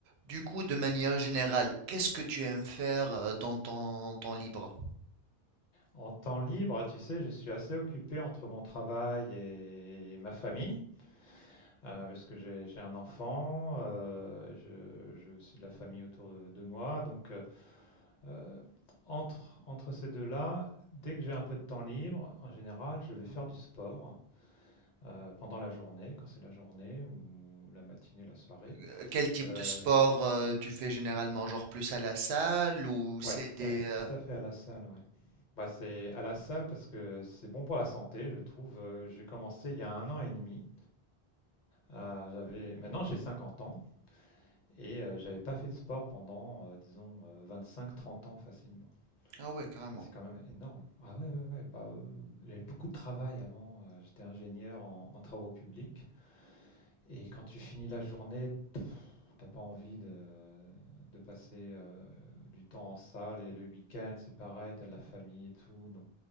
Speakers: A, on the right; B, on the left.
A: Du coup, de manière générale, qu'est-ce que tu aimes faire euh, dans ton temps libre?
B: En temps libre, tu sais, je suis assez occupé entre mon travail et ma famille, euh, parce que j'ai j'ai un enfant, euh, je, je suis de la famille autour de, de moi. Donc, euh, euh, entre, entre ces deux-là, dès que j'ai un peu de temps libre, en général, je vais faire du sport euh, pendant la journée, quand c'est la journée ou la matinée, la soirée.
A: Euh, Quel type
B: Euh,
A: de sport euh, tu fais généralement? Genre plus à la salle ou c'est
B: ouais,
A: des...
B: ouais,
A: euh,
B: tout à fait à la salle, ouais. Bah, c'est à la salle parce que c'est bon pour la santé, je trouve. Euh, J'ai commencé il y a un an et demi Euh, j'avais, maintenant j'ai 50 ans et euh, j'avais pas fait de sport pendant, euh, disons, 25-30 ans facilement.
A: Ah ouais, carrément.
B: Ah, c'est quand même énorme. Ah ouais, ouais, ouais. Bah, euh, j'avais beaucoup de travail avant. euh, J'étais ingénieur en, en travaux publics. Et quand tu finis la journée, t'as pas envie de, de passer euh, du temps en salle. Et le week-end, c'est pareil, t'as de la famille et tout. Donc,